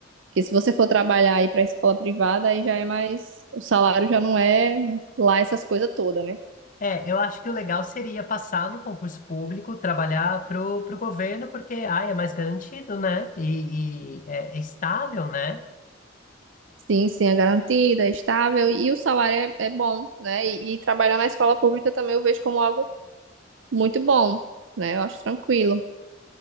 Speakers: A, on the right; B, on the left.
A: Porque se você for trabalhar aí para escola privada, aí já é mais, o salário já não é lá essas coisas todas, né?
B: É, eu acho que o legal seria passar no concurso público, trabalhar pro, pro governo, porque, ai, é mais garantido, né? E, e é, é estável, né?
A: Sim, sim, é garantida, é estável e o salário é, é bom, né? E, e trabalhar na escola pública também eu vejo como algo muito bom, né? Eu acho tranquilo.